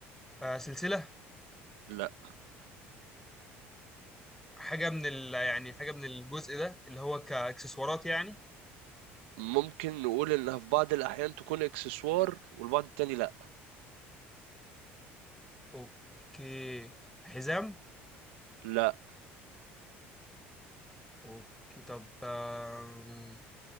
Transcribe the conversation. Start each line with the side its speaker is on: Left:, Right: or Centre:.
Centre: آه، سلسله
Right: لا
Centre: حاجه من ال... يعني حاجه من الجزء ده اللي هو كاكسسوارات يعني
Right: ممكن نقول انها في بعض الاحيان تكون اكسسوار والبعض التاني لا
Centre: اوكي حزام
Right: لا
Centre: اوكي طب آم،